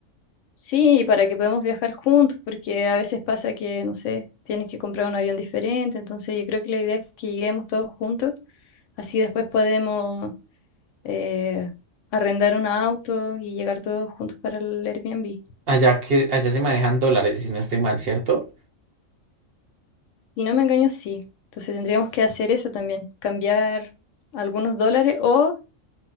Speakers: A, on the left; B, on the right.
A: sí, para que podamos viajar juntos? Porque a veces pasa que, no sé, tienes que comprar un avión diferente. Entonces, yo creo que la idea es que lleguemos todos juntos, así después podemos eh, arrendar un auto y llegar todos juntos para el Airbnb.
B: Allá que allá se manejan dólares, si no estoy mal, ¿cierto?
A: Si no me engaño, sí. Entonces tendríamos que hacer eso también, cambiar algunos dólares o,